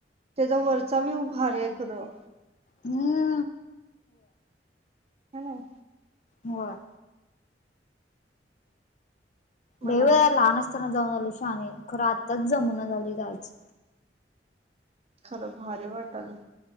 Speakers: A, on the right; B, on the left.
A: त्याचा वरचा व्युव भारी आहे खरं.
B: हम.
A: हॅलो!
B: होय.
A: मनाला
B: देवे लहान असताना जाऊन आल शाने, खरं आत्ताच जमूना झाली जायच.
A: खरं भारी वाट आलय.